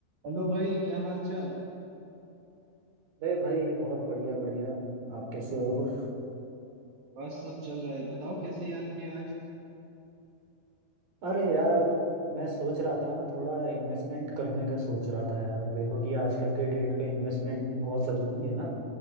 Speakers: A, on the right; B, on the right.
A: Hello भाई क्या हाल चाल
B: अरे भाई बहुत बढ़िया बढ़िया आप कैसे हो
A: बस सब चल रहा है बताओ कैसे याद किया आज
B: अरे यार मैं सोच रहा था ना थोड़ा इन्वेस्टमेंट करने का सोच रहा था यार देखो कि आजकल के डेट पे इन्वेस्टमेंट बहुत ज़रूरी है ना